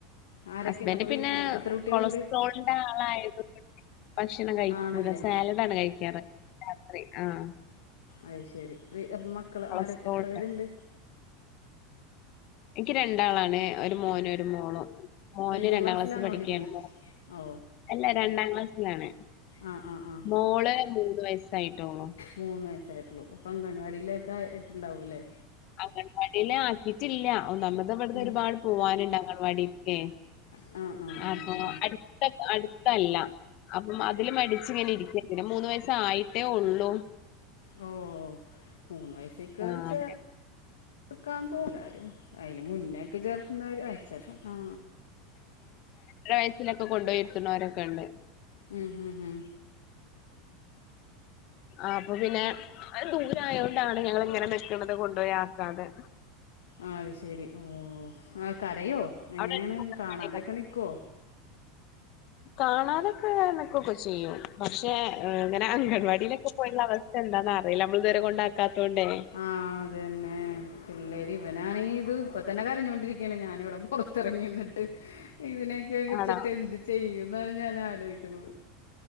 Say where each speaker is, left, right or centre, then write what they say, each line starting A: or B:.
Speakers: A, on the left; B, on the left.
A: ആരൊക്കെയുണ്ട്
B: ഹസ്ബൻഡ്
A: അപ്പൊ
B: പിന്നെ
A: വീട്ടില് എത്ര കുട്ടികളുണ്ട്
B: കൊളസ്ട്രോളിന്റെ ആളായത് ഭക്ഷണം കഴിക്കകൂല
A: ആണല്ലേ
B: സാലഡാണ് കഴിക്കാറ് രാത്രി ആഹ്
A: അഹ് ശരി അപ്പം മക്കൾ
B: കൊളസ്ട്രോളിന്റെ
A: ആര എത്ര പേരുണ്ട്
B: എനിക്ക് രണ്ടാളാണ് ഒരു മോനും ഒരു മോളും മോന്
A: വലിയ
B: രണ്ടാം
A: ക്ലാസ്സിലാണോ
B: ക്ലാസ്ൽ പഠിക്കുകയാണ്
A: പഠിക്കുന്നത് ഓ
B: അല്ല രണ്ടാം ക്ലാസ്സിലാണ്
A: ആ ആ ആ
B: മോള് മൂന്ന് വയസായിട്ടോള്ളു
A: മൂന്ന് വയസായിട്ടുള്ളു അപ്പൊ അംഗൻവാടിയിലേക്കെ ഇട്ടുണ്ടാവൂല്ലേ
B: അംഗണവാടിയില ആക്കിട്ടില്ല ഒന്നാമ്മത് ഇവിടുന്ന്
A: ഉം.
B: ഒരുപാട് പോവാനുണ്ട് അംഗൻവാടിക്കെ
A: ആ ആ
B: അഹാ
A: ആ ആ.
B: അട്ത്ത അടുത്തല്ല അപ്പം അതില് മടിച്ച് ഇങ്ങനെ ഇരിക്ക പിന്നെ മൂന്ന് വയസായിട്ടേ ഉള്ളൂ
A: ഓ മൂന്ന് വയസി ക്ക്
B: ആഹ്
A: ചേ
B: അങ്ങനെ
A: ചെർക്കാത്തോ ലാരും അയില് മുന്നേക്കെ ചേർക്കുന്നവര് അയച്ചരണം ആ
B: രണ്ടര വയസ്സിലൊക്കെ കൊണ്ടോയിഇരുത്തുണോരൊക്കെ ഇണ്ട്
A: ഉം ഉം
B: ആപ്പൊ പിന്നെ അത് ദൂരെ ആയോണ്ടാണ് ഞങ്ങള് ഇങ്ങനെ നിക്ക്ണത് കൊണ്ടോയി ആക്കാതെ
A: ആ അയ്ശരി ഓ ആ കരയോ എങ്ങനേണ്
B: അവിടെ അടുത്ത് അംഗൻവാടിയൊക്കെ
A: കാണാതൊക്കെ
B: ഉണ്ട്.
A: നിക്കോ
B: കാണാതൊക്കെ നിക്കൊ ക്കെ ചെയ്യും പക്ഷെ ഇങ്ങനെ അംഗൻവാടിയിലൊക്കെ പോയിട്ടുള്ള അവസ്ഥ എന്താന്ന് അറിയില്ല നമ്മൾ ഇത് വരെ കൊണ്ടാക്കാത്തോണ്ടേ
A: ആ അതന്നെ പിള്ളേര് ഇവനാണെങ്കി ഇത് ഇപ്പ തന്നെ കരഞ്ഞോണ്ടിരിക്കയാണ് ഞാനി ഇവിടെ പുറത്തറങ്ങിന്നിട്ട് ഇതിനൊക്കെവെ
B: ആണോ?
A: ച്ചിട്ട് എന്ത്‌ ചെയ്യുംന്നാണ് ഞാൻ ആലോയി ക്കുന്നത്